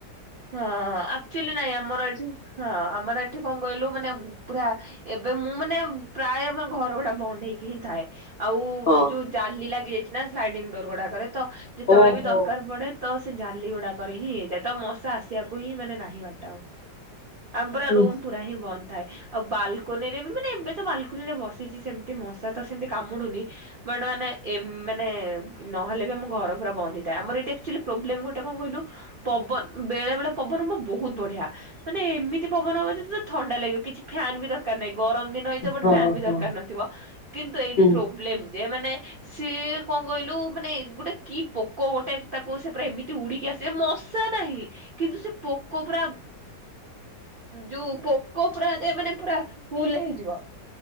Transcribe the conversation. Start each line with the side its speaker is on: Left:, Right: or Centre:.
Right: ହଁ ଆକ୍ଚ୍ୟାଲି ନାଇଁ ଆମର ଏଠି ହଁ ଆମର ଏ ଏଠି କଁ କହିଲୁ ମାନେ ପୁରା ଏବେ ମୁଁ ମାନେ ପ୍ରାୟ ଆମେ ଘର ଭଡା ବନ୍ଦ ହେଇକି ହିଁ ଥାଏ । ଆଉ
Left: ହଁ
Right: ଯୋଉ ଜାଲି ଲାଗି ଯାଇଚି। ନା ସ୍ଲାଇଡିଙ୍ଗ ଡୋର ଗୁଡାକରେ ତ ଯେତେବୋଳେ
Left: ଓହୋ
Right: ବି ଦରକାର ପଡେ । ତ ସେ ଜାଲି ଗୁଡାକରେ ହିଁ ହେଇଯାଏ। ତ ମଶା ଆସିବାକୁ ହିଁ ମାନେ ନାହିଁ ବାଟ ଆଉ। ଆଉ
Left: ଓ
Right: ପୁରା ରୁମ୍ ପୁରା ହିଁ ବନ୍ଦ। ଥାଏ ଆଉ ବାଲ୍କୋନିରେ ବି ମାନେ ଏବେ ତ ବାଲ୍କୋନିରେ ବସିଚି ସେମିତି ମଶା ତ ସେମିତି କାମୁଡୁନି । ବାଟ ମାନେ ଏମ୍ ମାନେ ନହେଲେ ବି ଆମ ଘର ପୁରା ବନ୍ଦ ହେଇଥାଏ। ଆମର ଏଇଠି ଆକ୍ଚୋଲି ପ୍ରୋବ୍ଲେମ ଗୋଟେ କଁ କହିଲୁ? ପବନ ବେଳେ ବେଳେ ପବନ ହବ ବହୁତ ବଢିଆ ମାନେ ଏମିତି ପବନ ହବ ଯେ ତତେ ଥଣ୍ଡା ଲାଗିବ କିଛି ଫ୍ୟାନ୍ ବି ଦରକାର ନାହିଁ। ଗରମ ଦିନ ହେଇଥିବ ବଟ୍
Left: ହଁ
Right: ପ୍ୟାନ୍ ବି
Left: ହଁ।
Right: ଦରକାର ନଥିବ। କିନ୍ତୁ ଏଇଠି
Left: ହୁଁ
Right: ପ୍ରୋବ୍ଲେମ ଯେ ମାନେ ସିଏ କଁ କହିଲୁ ମାନେ ଗୋଟେ କି ପୋକୋ ଗୋଟେ ତାକୁ ସେ ପୁରା ଏମିତି ଉଡିକି ଆସେ ମୋ ର୍ଷା ନାହିଁ କିନ୍ତୁ ସେ ପୋକୋ ପୁରା ଯୋଉ ପୋକୋ ପୁରା ଯେ ମାନେ ପୁରା ଫୁଲ୍ ହେଇଯିବ।